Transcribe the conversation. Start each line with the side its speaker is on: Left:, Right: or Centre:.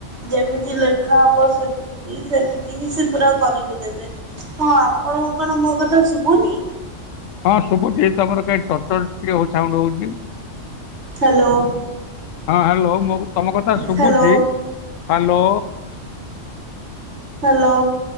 Right: ଯେମିତି ଲେଖା ହବ ସେମିତି ସେମିତି ହିଁ ସେ ପୁରା କରିକି ଦେବେ। ହଁ ଆପଣଙ୍କୁ କଣ ମୋ କଥା ଶୁଭୁନି?
Left: ହଁ ଶୁଭୁଚି ତମର କାଇଁ ଟର୍ ଟର୍ ଟିକେ ହ ସାଉଣ୍ଡ ହଉଚି।
Right: ହ୍ୟାଲୋ।
Left: ହଁ ହ୍ୟାଲୋ ମୁଁ ତମ କଥା ଶୁଭୁଚି
Right: ହ୍ୟାଲୋ
Left: ହାଲୋ।
Right: ହାଲୋ।